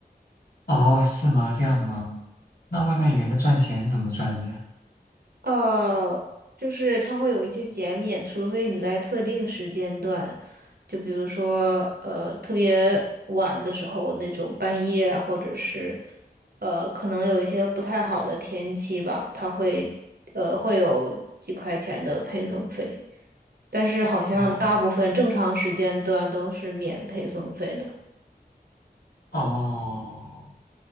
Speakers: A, on the left; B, on the right.
A: 哦，是吗？这样吗？那外卖员的赚钱是怎么赚的呀？
B: 哦，就是它会有一些减免，除非你在特定时间段，就比如说呃特别晚的时候那种半夜啊，或者是呃可能有一些不太好的天气吧，他会呃会有几块钱的配送费，但是好像大部分正常时间段都是免配送费的。
A: 哦。哦，